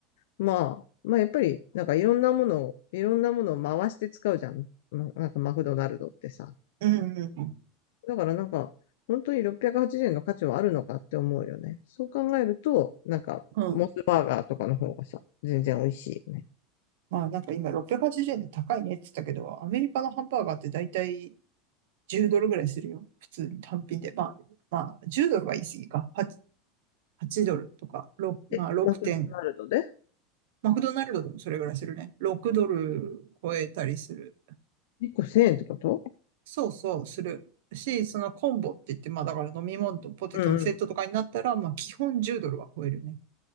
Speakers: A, on the left; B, on the right.
A: まあ、まあやっぱりなんかいろんなものを、いろんなものを回して使うじゃん。まなんかマクドナルドってさ。
B: うん。
A: だからなんか本当に680円の価値はあるのかって思うよね。そう考えると、なんかモスバーガーとかの方がさ、
B: うん。
A: 全然美味しいよね。
B: まあなんか今680円で高いねって言ったけど、アメリカのハンバーガーってだいたい10ドルぐらいするよ。普通に単品で。まあ、まあ10ドルは言い過ぎか。8, ドルとか、まあ6点。
A: え、マクドナルドで
B: マクドナルドでもそれぐらいするね。6ドル超えたりする。
A: ?1 個1000円ってこと
B: そうそう、する。し、そのコンボって言って、まあだから飲み物とポテトのセットとかになったら、
A: うん
B: まあ基本10ドルは超えるね。